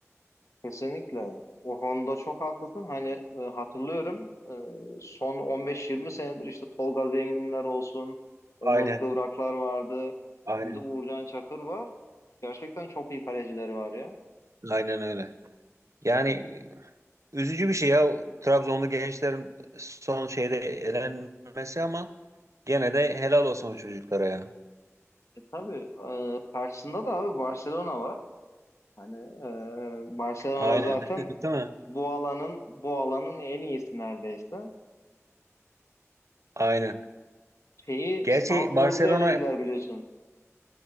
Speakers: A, on the left; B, on the right.
A: Kesinlikle. O konuda çok haklısın. Hani e, hatırlıyorum e, son 15-20 senedir işte Tolga Zenginler olsun, Onur
B: Aynen,
A: Kıvraklar vardı.
B: aynen.
A: Şimdi Uğurcan Çakır var. Gerçekten çok iyi kalecileri var ya.
B: Aynen öyle. Yani e, üzücü bir şey ya Trabzonlu gençlerin son şeyde elenmesi ama gene de helal olsun o çocuklara ya.
A: E, tabii e, karşısında da abi Barcelona var. Hani e, Barcelona
B: Aynen.
A: zaten
B: <laughs> Değil mi?
A: bu alanın bu alanın en iyisi neredeyse.
B: Aynen.
A: Şeyi
B: Gerçi
A: Salzburg'u
B: Barcelona
A: elediler biliyorsun.